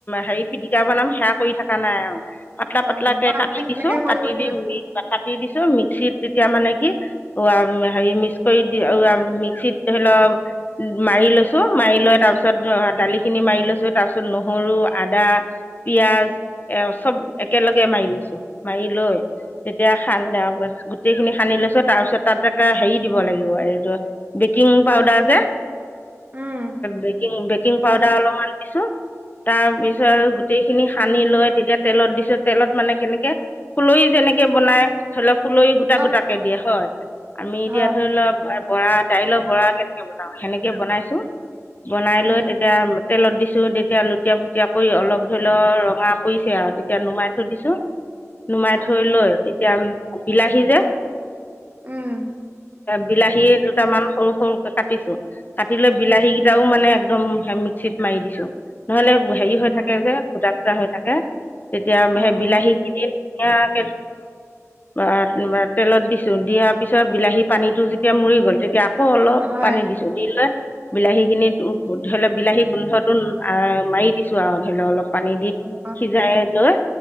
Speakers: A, on the left; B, on the right.
A: হেৰি পিটিকা বনাম সেৱা কৰি থকা নাই আৰু পাতলা
B: অ',
A: পাতলাকে
B: মই আকৌ
A: কাটি দিছো
B: তেনেকে কৰিব
A: কাটি দি
B: লাগে,
A: কাটি দিছো মিক্সিত তেতিয়া মানে কি হেৰি মিক্স কৰি মিক্সিত ধৰিলক মাৰি লৈছো মাৰি লৈ তাৰ পিছত দালিখিনি মাৰি লৈছো তাৰ পিছত নহৰু আদা পিয়য়াজ এ চব একেলগে মাৰি লৈছো মাৰি লৈ তেতিয়া খান গোটেইখিনি সানি লৈছো তাৰপিছত তাতে হেৰি দিব লাগিব এইটো বেকিং পাউদাৰ যে
B: উম,
A: বেকিং, বেকিং পাউদাৰ অলপমান দিছো তাৰ পিছত গোটেই খিনি সানি লৈ তেতিয়া তেলত দিছোঁ তেলত মানে কেনেকে ফুলহি যেনেকে বনাই ধৰি লওক কুলৰি গোটা
B: অ',
A: গোটাকে দিয়ে হয় আমি এতিয়া
B: হয়।
A: ধৰি লওক বৰা দাইলৰ বৰা কেনেকে বনাও সেনেকে বনাইছো বনাই
B: উম,
A: লৈ তেতিয়া তেলত দিছো তেতিয়া লুটীয়া পুটীয়া কৰি অলপ ধৰি লও ৰঙা কৰিছে আৰু এতিয়া নুমাই থৈ দিছো নুমাই
B: হয়,
A: থৈ লৈ এতিয়া বিলাহী যে
B: উম
A: বিলাহীয়ে দুটামান সৰু সৰুকে কাটিছো কাটি লৈ বিলাহী কেইটাও মানে একদম মিক্সিত মাৰি দিছো নহলে হেৰি হৈ থাকে
B: অ',
A: যে গোটা গোটা হৈ থাকে। তেতিয়া
B: অ',
A: সেই বিলাহী কিনি ধুনীয়া সেই বা তেলত দিছো দিয়াৰ পিছত বিলাহী পানীতটো যেতিয়া মৰি গ'ল তেতিয়া অলপ
B: হয়।
A: পানী দিছো দি লৈ বিলাহী খিনিত ধৰি লও বিলাহী গোন্ধটো মাৰি দিছো আৰু ধৰি লও অলপ পানী দি
B: অ',
A: সিজাই লৈ